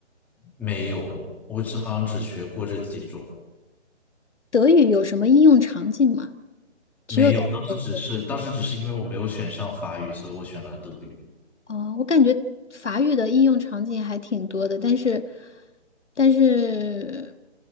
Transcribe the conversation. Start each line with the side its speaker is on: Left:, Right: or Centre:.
Centre: 没有了。我只好像只学过这几种，
Left: 德语有什么应用场景吗？
Centre: 没有。
Left: 只有在德
Centre: 当时只是当时只是因为我没有选上法语，所以我选了德语。
Left: 哦，我感觉法语的应用场景还挺多的，但是，但是，